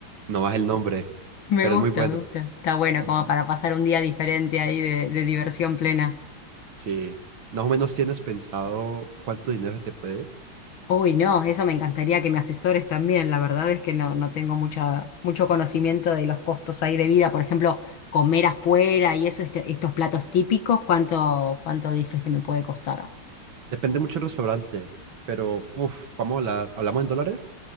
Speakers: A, on the right; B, on the left.
A: no más el nombre,
B: Me
A: pero
B: gusta,
A: es muy bueno.
B: me gusta. Está bueno
A: Ujú.
B: como para pasar un día diferente ahí de, de diversión plena.
A: Sí, más o menos tienes pensado cuánto dinero se te puede ir.
B: Uy, no, eso me encantaría que me asesores también. La verdad es que no, no tengo mucha, mucho conocimiento de los costos ahí de vida. Por ejemplo, comer afuera y eso, este- estos platos típicos, ¿cuánto, cuánto dices que me puede costar?
A: Depende mucho del restaurante, pero uf, vamos a hablar, hablamos en dólares.